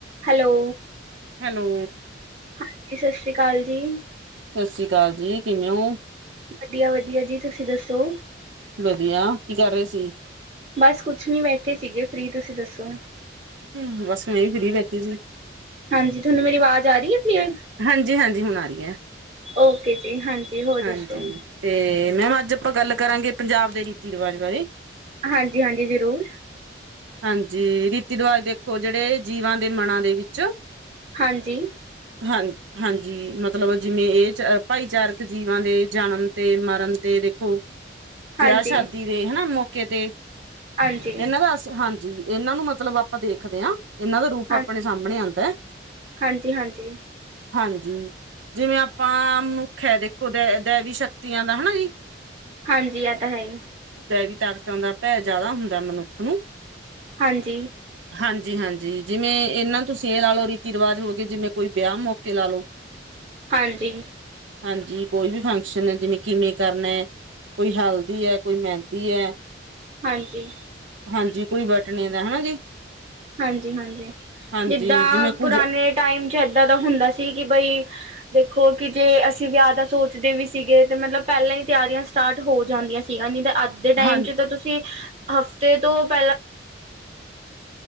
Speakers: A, on the right (about 35°); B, on the right (about 85°).
A: Hello
B: hello
A: ਹਾਂਜੀ, ਸਤਿ ਸ਼੍ਰੀ ਅਕਾਲ ਜੀ।
B: ਸਤਿ ਸ੍ਰੀ ਅਕਾਲ, ਜੀ ਕਿਵੇਂ ਹੋ?
A: ਵਧੀਆ-ਵਧੀਆ ਜੀ ਤੁਸੀਂ ਦੱਸੋ?
B: ਵਧੀਆ, ਕੀ ਕਰ ਰਹੇ ਸੀ।
A: ਬਸ ਕੁਛ ਨਈ, ਬੈਠੀ ਸੀਗੀ ਫ੍ਰਰੀ, ਤੁਸੀਂ ਦੱਸੋ?
B: ਹਮ ਬਸ, ਸਵੇਰ ਦੀ ਫਰੀ ਬੈਠੀ ਸੀ।
A: ਹਾਂਜੀ, ਤੁਹਾਨੂੰ ਮੇਰੀ ਆਵਾਜ਼ ਜਾ ਰਹੀ ਉਠੀ ਏ,
B: ਹਾਂਜੀ ਹਾਂਜੀ ਹੁਣ ਆ ਰਹੀ ਹੈ
A: ਓਕੇ ਜੀ, ਹਾਂਜੀ ਹੋਰ
B: ਹਾਂਜੀ
A: ਦੱਸੋ?
B: ਤੇ ਮੈਮ, ਅੱਜ ਆਪਾਂ ਗੱਲ ਕਰਾਂਗੇ, ਪੰਜਾਬ ਦੇ ਰੀਤੀ ਰਿਵਾਜ਼ ਬਾਰੇ
A: ਹਾਂਜੀ ਹਾਂਜੀ ਜ਼ਰੂਰ
B: ਹਾਂਜੀ, ਰੀਤੀ ਰਿਵਾਜ ਦੇਖੋ, ਜਿਹੜੇ ਜੀਵਾਂ ਦੇ ਮਨਾਂ ਦੇ ਵਿੱਚ
A: ਹਾਂਜੀ
B: ਹਾਂਜੀ। ਹਾਂਜੀ, ਮਤਲਬ ਜਿਵੇਂ ਇਹ ਭਾਈਚਾਰਕ ਜੀਵਾਂ ਦੇ, ਜਨਮ, ਤੇ ਮਰਨ, ਤੇ ਦੇਖੋ ਵਿਆਹ
A: ਹਾਂਜੀ
B: ਸ਼ਾਦੀ ਦੇ ਹਨਾ, ਮੌਕੇ ਤੇ
A: ਹਾਂਜੀ
B: ਇਹਨਾਂ ਦਾ ਹਾਂਜੀ ਇਹਨਾਂ ਨੂੰ, ਮਤਲਬ ਆਪਾਂ ਦੇਖਦੇ ਹਾਂ, ਇਹਨਾਂ ਦਾ ਰੂਪ
A: ਹਾਂ
B: ਆਪਣੇ ਸਾਹਮਣੇ ਆਦਾ
A: ਹਾਂਜੀ -ਹਾਂਜੀ
B: ਹਾਂਜੀ। ਜਿਵੇਂ ਆਪਾਂ ਨੂੰ, ਮਨੁੱਖ ਹੈ ਦੇਖੋ ਦੈ ਦੈਵੀ ਸ਼ਕਤੀਆਂ, ਦਾ ਹਨਾ ਜੀ
A: ਹਾਂਜੀ, ਆ ਤਾਂ ਹੈ ਈ
B: ਦੈਵੀ ਤਾਕਤਾਂ ਦਾ, ਭੈਅ ਜ਼ਿਆਦਾ ਹੁੰਦਾ ਮਨੁੱਖ ਨੂੰ,
A: ਹਾਂਜੀ।
B: ਹਾਂਜੀ -ਹਾਂਜੀ ਜਿਵੇਂ ਇਹਨਾਂ ਤੋਂ ਸੇ, ਲਾ-ਲੋ ਰੀਤੀ ਰਿਵਾਜ਼ ਹੋ ਜਿਵੇਂ, ਕੋਈ ਵਿਆਹ ਮੌਕੇ ਲਾ ਲੋ
A: ਹਾਂਜੀ
B: ਹਾਂਜੀ, ਕੋਈ ਵੀ ਫੰਕਸ਼ਨ ਹੈ ਜਿਵੇਂ, ਕਿਵੇਂ ਕਰਨਾ ਕੋਈ ਹੈਲਦੀ ਹੈ, ਕੋਈ ਮਹਿੰਦੀ ਹੈ
A: ਹਾਂਜੀ
B: ਹਾਂਜੀ ਕੋਈ ਵੋਟਰ ਨੀਗ ਨਾ ਜੀ।
A: ਹਾਂਜੀ ਹਾਂਜੀ
B: ਹਾਂਜੀ
A: ਜਿੱਡਾ
B: ਜਿਵੇਂ ਕੁੱਝ
A: ਪੁਰਾਣੇ ਟਾਈਮ ਚ ਏਦਾਂ ਦਾ ਹੁੰਦਾ ਸੀ ਕਿ ਬਈ ਦੇਖੋ ਕਿ ਜੇ ਅਸੀਂ ਵਿਆਹ ਦਾ ਸੋਚਦੇ ਵੀ ਸੀਗੇ ਤੇ ਮਤਲਬ ਪਹਿਲਾਂ ਹੀ ਤਿਆਰੀਆਂ ਸਟਾਰਟ ਹੋ ਜਾਂਦੀਆਂ ਸੀ। ਠੀਕ ਆ ਜੀ ਤੇ ਅੱਜ ਦੇ ਟਾਈਮ
B: ਹਾਂ
A: ਚ ਤਾਂ ਤੁਸੀਂ, ਹਫ਼ਤੇ ਤੋਂ ਪਹਿਲਾਂ